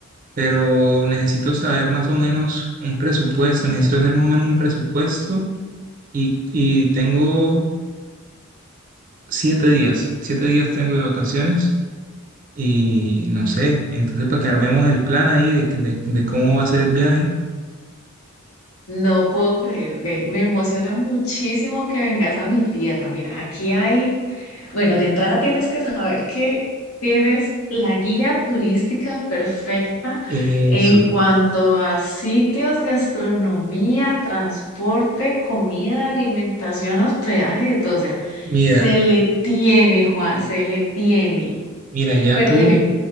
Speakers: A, on the right; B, on the left.
A: pero necesito saber más o menos un presupuesto, necesito hacer más o menos un presupuesto y, y tengo siete días, siete días tengo de vacaciones y no sé, entonces para que armemos el plan ahí de, de- de cómo va a ser el viaje,
B: No puedo creer. Ve, me emociona muchísimo que vengas a mi tierra. Mira, aquí hay Bueno, de entrada tienes que saber que tienes la guía turística perfecta
A: eso.
B: en cuanto a sitios, gastronomía, transporte, comida, alimentación, hospedaje, de todo. O sea,
A: Mira,
B: se le tiene, Juan, se le tiene.
A: mira, ya
B: Pero
A: tú
B: dime,